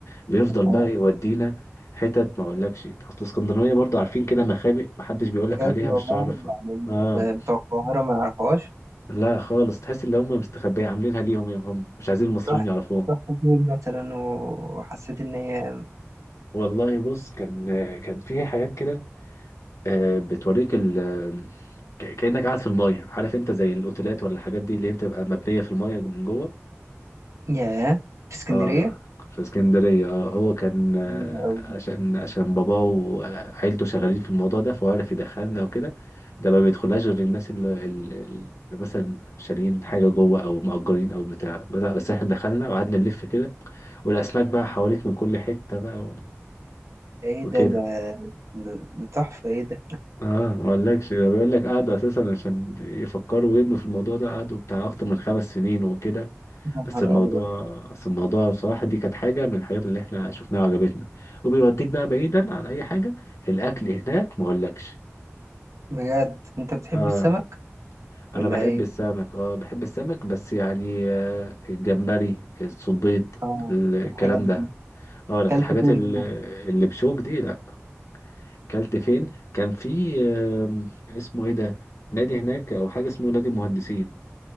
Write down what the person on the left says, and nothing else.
بيفضل بقى
يودينا حتت ما اقولكش اصل اسكندرانية برضه عارفين كده مخابئ محدش بيقولك
عليها
مش هتعرف
اه
لا خالص تحس ان هم مستخبية عاملينها ليهم يا هم مش عايزين المصريين
يعرفوها
والله بص كان كان في حاجات كده آه، بتوريك ال ك- كأنك قاعد في المية عارف انت زي الاوتيلات ولا الحاجات دي اللي هي بتبقى مبنية في المية من جوه
اه في اسكندرية اه هو كان آه،
عشان عشان باباه وعيلته شغالين في الموضوع ده فهو عرف يدخلنا وكده ده ما بيدخلهاش غير الناس اللي, اللي اللي مثلا شاريين حاجة جوه أو مأجرين أو بتاع بدأ بس احنا دخلنا وقعدنا نلف كده والأسماك بقى حواليك من كل حتة بقى و-
وكده
اه ما اقولكش ده بيقول لك قعدوا اساسا عشان يفكروا ويبنوا في الموضوع ده قعدوا بتاع اكتر من خمس سنين وكده
بس
الموضوع
بس الموضوع بصراحه دي كانت حاجه من الحاجات اللي احنا شفناها وعجبتنا وبيوديك بقى بعيدا عن اي حاجه الاكل هناك ما اقولكش
اه
انا
بحب
السمك اه بحب السمك بس يعني آه الجمبري الصبيط
الكلام
ده اه لكن
الحاجات
اللي اللي بشوك دي لا كلت فين كان في آم، اسمه ايه ده نادي هناك او حاجه اسمه نادي المهندسين